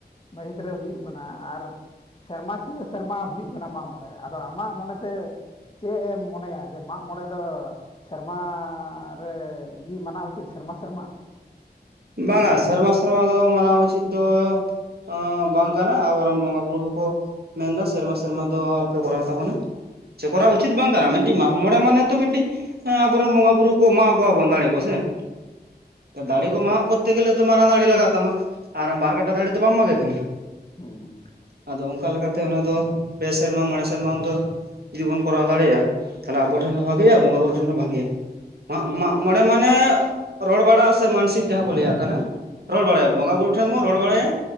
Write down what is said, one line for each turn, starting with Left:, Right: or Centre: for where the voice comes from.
Left: ᱢᱟᱹᱦᱤᱛ ᱨᱮ ᱦᱩᱭᱩᱜ ᱠᱟᱱᱟ ᱟᱨ ᱥᱮᱨᱢᱟ ᱠᱤᱭᱟᱹ ᱥᱮᱨᱢᱟ ᱦᱩᱭᱩᱜ ᱦᱩᱭᱩᱜ ᱠᱟᱱᱟ ᱢᱟᱜ ᱢᱚᱬᱮ ᱟᱫᱚ ᱟᱢᱟᱜ ᱢᱚᱱᱮᱛᱮ ᱪᱮᱫ ᱮᱢ ᱢᱚᱱᱮᱭᱟ ᱡᱮ ᱢᱟᱜ ᱢᱚᱬᱮ ᱫᱚ ᱢᱟ -ᱨᱮ -ᱜᱤ ᱢᱟᱱᱟᱣ ᱩᱪᱤᱛ ᱥᱮᱨᱢᱟ ᱥᱮᱨᱢᱟ ᱾
Right: ᱵᱟᱝᱟ, ᱥᱮᱨᱢᱟ- ᱥᱮᱨᱢᱟ ᱫᱚ ᱢᱟᱱᱟᱣ ᱩᱪᱤᱛ ᱫᱚ ᱟᱸ ᱵᱟᱝ ᱠᱟᱱᱟ ᱟᱵᱚᱨᱮᱱ ᱵᱚᱸᱜᱟ ᱵᱩᱨᱩ ᱦᱚᱸᱠᱚ ᱢᱮᱱ ᱫᱚ ᱥᱮᱨᱢᱟ ᱥᱮᱨᱢᱟ ᱫᱚ ᱟᱞᱚᱯᱮ ᱠᱚᱨᱟᱣ ᱛᱟᱵᱚᱱᱟ ᱾ ᱪᱮ ᱠᱚᱨᱟᱣ ᱩᱪᱤᱛ ᱵᱟᱝ ᱠᱟᱱᱟ ᱢᱤᱫᱴᱤᱡ ᱢᱟᱜ ᱢᱚᱬᱮ ᱢᱟᱱᱮ ᱛᱚ ᱢᱤᱫᱴᱤᱡ ᱦᱮᱸ, ᱟᱵᱚᱨᱮᱱ ᱵᱚᱸᱜᱟ ᱵᱩᱨᱩ ᱠᱚ ᱮᱢᱟᱣ ᱠᱚᱣᱟ ᱵᱚᱱ ᱫᱟᱲᱮ ᱠᱚ ᱥᱮ ᱾
Left: ᱦᱩᱸ
Right: ᱫᱟᱲᱮ ᱠᱚ ᱢᱟ-ᱢᱟᱜ ᱠᱚᱨᱛᱮ ᱜᱮᱞᱮ ᱛᱚ ᱢᱟᱨᱟᱝ ᱫᱟᱲᱮ ᱞᱟᱜᱟᱜ ᱛᱟᱢᱟ ᱟᱨ ᱵᱟ ᱠᱟᱴᱟ ᱫᱟᱲᱮ ᱫᱚ ᱵᱟᱢ ᱢᱟᱜᱮ ᱠᱟᱱᱟ ᱾
Left: ᱦᱩᱺ -ᱴᱚᱜ ᱾
Right: ᱟᱫᱚ, ᱚᱱᱠᱟ ᱞᱮᱠᱟᱛᱮ ᱚᱱᱟ ᱫᱚ ᱯᱮ ᱥᱮᱨᱢᱟ ᱢᱚᱬᱮ ᱥᱮᱨᱢᱟ ᱚᱱᱛᱚᱨ ᱡᱩᱫᱤ ᱵᱚᱱ ᱠᱚᱨᱟᱣ ᱫᱟᱲᱮᱭᱟᱜᱼᱟ ᱛᱟᱞᱦᱮ ᱟᱵᱚ ᱴᱷᱮᱱ ᱦᱚᱸ ᱵᱷᱟᱜᱮᱜ-ᱟ ᱵᱚᱸᱜᱟ ᱵᱩᱨᱩ ᱴᱷᱮᱱ ᱦᱚᱸ ᱵᱷᱟᱜᱮᱜ-ᱟ ᱾ ᱢᱟᱜ, ᱢᱟᱜ ᱢᱚᱬᱮ ᱢᱟᱱᱮ ᱨᱚᱲ ᱵᱟᱲᱟᱜ ᱥᱮ ᱢᱟᱱᱥᱤᱠ ᱡᱟᱦᱟᱸ ᱠᱚ ᱞᱟᱹᱭᱟᱜ ᱠᱟᱱᱟ, ᱨᱚᱲ ᱵᱟᱲᱟᱭᱟ ᱵᱚᱸᱜᱟ ᱵᱩᱨᱩ ᱴᱷᱮᱱ ᱵᱚᱱ ᱨᱚᱲ ᱵᱟᱲᱟᱭᱟ